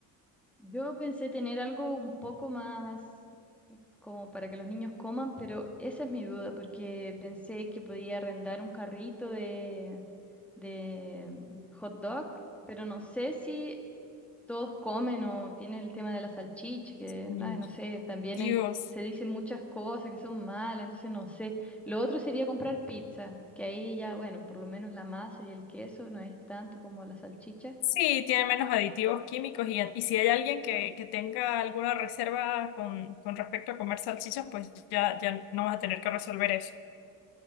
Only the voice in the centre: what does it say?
Yo pensé tener algo un poco más eh, como para que los niños coman, pero esa es mi duda, porque pensé que podía arrendar un carrito de, de mm, hot dog, pero no sé si todos comen o tiene el tema de la salchicha, que
ay, no sé, también
hay, se dicen muchas cosas que son malas, entonces no sé. Lo otro sería comprar pizza, que ahí ya, bueno, por lo menos la masa y el queso no es tanto como la salchicha.